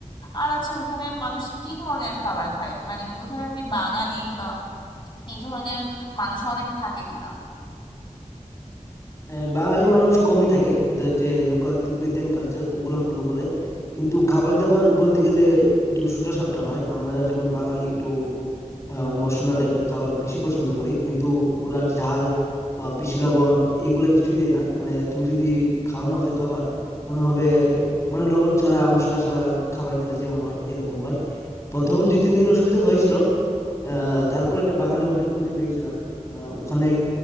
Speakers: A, on the left; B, on the left.
A: আর আচ্ছা ওইখানে মানুষ কি ধরনের খাবার খায় মানে ওইখানে কি বাঙালি বা এই ধরনের মানুষ অনেক থাকে কিনা
B: আহ, বাঙালি মানুষ কমই থাকে ওদের যে লোকাল তিব্বেতিয়ান কালচার ওগুলো ফলো করে কিন্তু খাবার দাবার বলতে গেলে একটু সোজা সাপটা হয় আমরা যেমন বাঙালি একটু আহ, মশলা টাইপের খাবার বেশি পছন্দ করি কিন্তু ওরা ঝাল বা বেশি লবণ এইগুলা কিছুই দেয় না মানে তুমি যদি খাও না ওদের খাবার মনে হবে মানে লবণ ছাড়া মশলা ছাড়া খাবার খেলে যেমন হয় এরকম হয় প্রথম ২-৩ দিন অসুবিধা হয়েছিল। আ তারপর একটা বাঙালি হোটেল খুঁজে পেয়েছিলাম। আ ওখানে